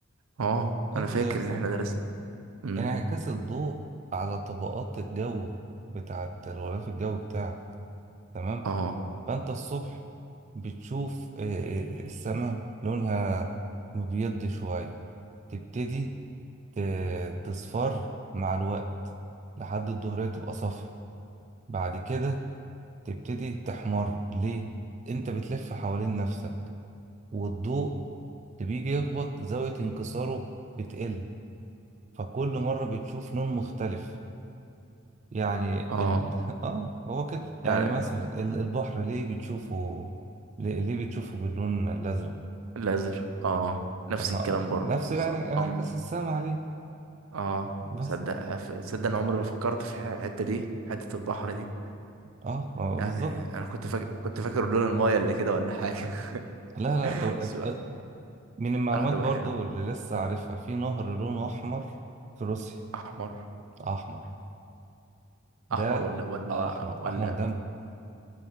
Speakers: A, on the right (about 90°); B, on the right (about 35°).
A: اه
B: انت
A: انا فاكر
B: درستها
A: ان احنا درسنا امم
B: انعكاس الضوء على طبقات الجو بتاعت الغلاف الجوي بتاعك تمام
A: اه
B: فانت الصبح بتشوف السماء لونها مبيض شوية تبتدي ت- تصفر مع الوقت لحد الظهرية تبقى صفر بعد كده تبتدي تحمر ليه انت بتلف حوالين نفسك والضوء اللي بيجي يخبط زاوية انكساره بتقل فكل مرة بتشوف لون مختلف يعني
A: اه
B: ال... <laughs> اه هو كده يعني
A: يعني
B: مثلا ال- البحر ليه بتشوفه ليه ليه بتشوفه باللون الأزرق
A: الازهر اه نفس
B: طب ما
A: الكلام
B: نفس
A: برضه
B: الع-
A: ص-
B: انعكاس
A: أم.
B: السما عليه
A: اه
B: بس
A: صدق ف- صدق انا عمري ما فكرت في الحته دي حته البحر دي
B: اه آه،
A: يعني
B: بالظبط
A: انا كنت فاكر كنت فاكر لون المايه اللي كده ولا حاجه
B: لا
A: <laughs>
B: لا طب
A: سؤال
B: أت- من المعلومات
A: معلومه
B: برضو
A: حلو
B: اللي لسه عارفها في نهر لونه أحمر في روسيا
A: احمر
B: أحمر
A: احمر
B: ده
A: ولا ولا
B: احمر
A: ولا
B: احمر دم